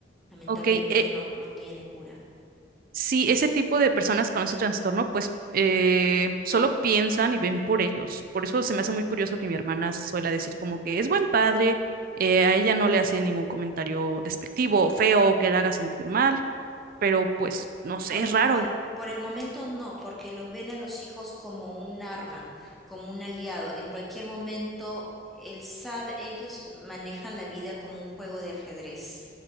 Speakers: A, in the centre; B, on the right (about 50°).
A: Lamentablemente
B: Ok, e-
A: no, no tiene cura.
B: si ese tipo de personas con ese trastorno, pues eh, solo piensan y ven por ellos. Por eso se me hace muy curioso que mi hermana suela decir como que es buen padre, eh, a ella no le hace ningún comentario despectivo o feo o que la haga sentir mal, pero pues no sé,
A: Por
B: es
A: el,
B: raro
A: por, por el momento no, porque los ven a los hijos como un arma, como un aliado. En cualquier momento, él sabe, ellos manejan la vida como un juego de ajedrez.